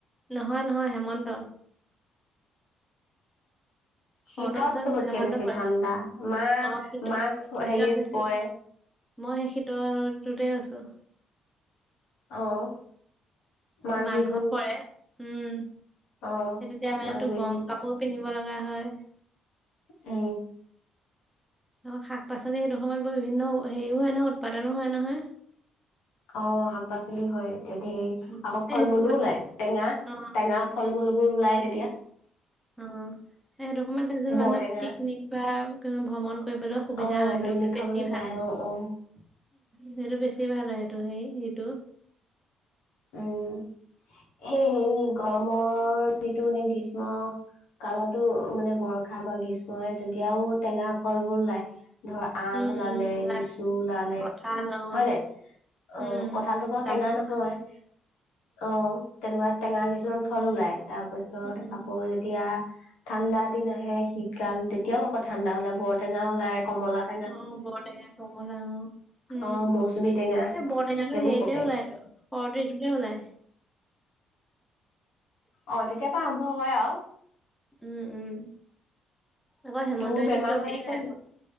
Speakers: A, in the centre; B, on the left.
A: নহয় নহয় হেমন্ত।
B: শীতত
A: শৰতৰ
B: চবতকে
A: পিছত হেমন্ত
B: বেছি
A: পৰে।
B: ঠাণ্ডা মাহ
A: অ' শীতত
B: মাঘ
A: শীতত
B: হেৰিত
A: বেছি
B: পৰে
A: যে। মই শীতটোতে আছোঁ।
B: অ'। মাঘ
A: মাঘত
B: বিহু
A: পৰে। উম,
B: অ
A: সেই তেতিয়া মানে
B: মাঘ
A: তোৰ
B: বিহু
A: গৰম কাপোৰ পিন্ধিব লগা হয়।
B: উ।
A: অ' শাক পাচলি সেইটো সময়ত ব বিভিন্ন হেৰিও হয় নহয় উৎপাদনো হয় নহয়।
B: অ' শাক পাচলি হয় তেতিয়া ধেৰ,
A: উম,
B: আকৌ ফল
A: এই সেইটো
B: মূলো
A: সময়ত
B: ওলায় টেঙা
A: অ
B: টেঙা ফল মূল বোৰ ওলাই তেতিয়া।
A: হু। সেইটো সময়ত এ,
B: বৰটেঙা
A: মানে পিকনিক বা কিবা ভ্ৰমণ কৰিবলৈ সুবিধা
B: অ',
A: হয়, সেইটো
B: পিকনিক
A: কাৰণে
B: খাবলৈ
A: বেছি ভাল
B: যায়
A: হয়।
B: অ', অ'।
A: সেইটো বেছি ভাল হয় সেইটো সেইটো।
B: উম, সেই হেৰি গৰৰ্মৰ যিটো মানে গ্ৰীষ্ম কালতো মানে বৰষা বা গ্ৰীষ্মৰে তেতিয়াও টেঙা ফলবোৰ ওলায়। ধৰ আম
A: উম
B: ওলালে
A: উম উম
B: লিচু ওলালে,
A: কঁঠাল অ
B: হয় নাই? অ'
A: উম
B: কঁঠালটো বৰ
A: জামুক
B: টেঙা নহয়। অ' তেনেকুৱা টেঙা কিছুমান ফল ওলাই তাৰপিছত
A: উম
B: আকৌ তিয়া ঠাণ্ডা দিন আহে শীতকাল তেতিয়াও আকৌ ঠাণ্ডা ওলাই, বৰটেঙা ওলাই কমলাত
A: অ' বৰটেঙা খবলা অ'। উম,
B: অ মৌচুমী টেঙা
A: এই বৰটেঙটো
B: সেইবোৰ
A: হেৰিতে
B: পকে
A: ওলাইতো শৰত ঋতুতে ওলায়।
B: অ' তেতিয়াৰপৰা আৰম্ভ হয় আৰু।
A: উম, উম। আকৌ হেমন্ত
B: তোৰ
A: ঋতুততো
B: বেমাৰ হৈ
A: সেয়াই
B: আছে
A: হয়
B: নি
A: আকৌ।